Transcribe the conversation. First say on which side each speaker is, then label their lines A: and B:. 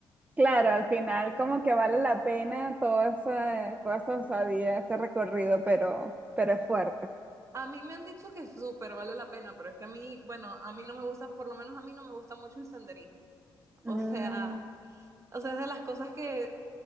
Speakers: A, on the right; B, on the right.
A: Claro, al final como que vale la pena todo ese, toda esa osadía, ese recorrido, pero, pero es fuerte.
B: A mí me han dicho que súper vale la pena, pero es que a mí, bueno, a mí no me gusta, por lo menos a mí no me gusta mucho el senderismo.
A: Mm,
B: O sea, o sea, es de las cosas que